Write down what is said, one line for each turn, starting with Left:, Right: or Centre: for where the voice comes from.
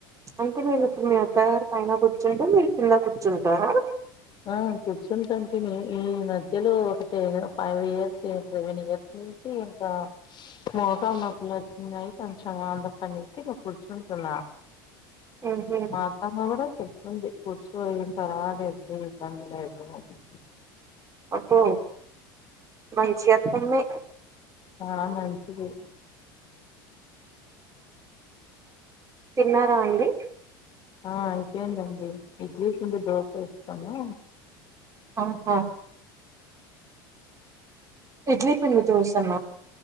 Right: అంటే మీరు ఇప్పుడు మీ అత్తగారి పైన కూర్చుంటే మీరు కింద కూర్చుంట డ
Left: ఆ కూర్చుంటంటే నే ఈ మధ్యలో ఒక ten five years seven years నుంచి ఇంకా మోకాలు నొప్పులు వచ్చినయి కొంచెం అందక్కడి నుంచి ఇ కూర్చుంటున్నా
Right: ఉహు
Left: మాఅతమ్మ గూడా చెప్తుంది. కూర్చో ఏంటి అలా <unintelligible> కదు <unintelligible>
Right: అబ్బో మంచిగ మమ్మీ
Left: ఆ మంచిది
Right: తిన్నారా అండి.
Left: ఆ ఇంకేంటండి ఇడ్లీ పిండి దోస ఇస్తన్నా
Right: ఆహా ఇడ్లీ పిండి దోశన